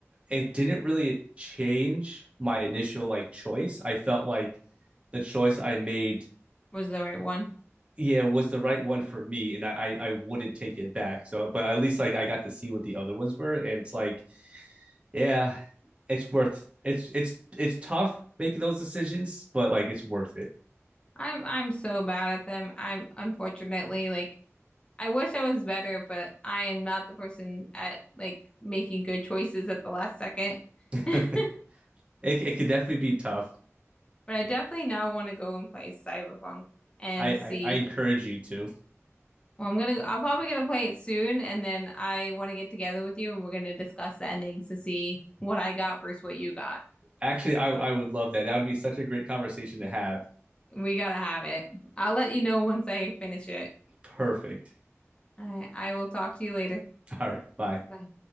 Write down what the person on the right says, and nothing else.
it didn't really change my initial like choice. I felt like the choice I made
yeah was the right one for me, and I I, wouldn't take it back. So, but at least like I got to see what the other ones were, and it's like yeah, it's worth it's it's it's tough making those decisions, but like it's worth it.
<laughs>
it it could definitely be tough.
I, I,
I encourage you to. <laughs>
Actually, I, I would love that. That would be such a great conversation to have.
Perfect.
All right. Bye.